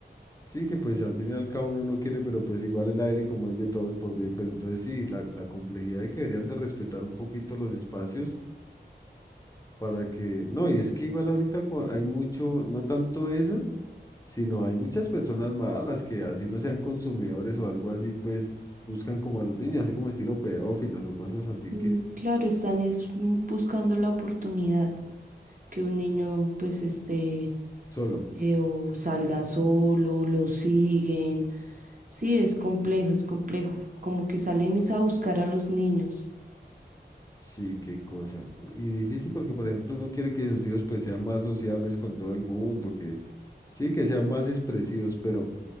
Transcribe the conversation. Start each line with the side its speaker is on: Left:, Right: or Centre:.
Left: sí, que pues al fin y al cabo uno no quiere, pero pues igual el aire como es de todos por decir, pero entonces sí, la, la complejidad de que deberían de respetar un poquito los espacios para que, no, y es que igual ahorita cua- hay mucho, no tanto eso, sino hay muchas personas malas que así no sean consumidores o algo así, pues buscan como a los niños, así como estilo pedófilos o cosas así
Right: Y
Left: que
Right: claro, están es mm, buscando la oportunidad que un niño pues esté
Left: solo.
Right: eh, o salga solo, lo siguen. Sí, es complejo, es complejo, como que salen es a buscar a los niños,
Left: Sí, qué cosa. Y difícil porque, por ejemplo, uno quiere que sus hijos pues sean más sociables con todo el mundo, que sí, que sean más expresivos, pero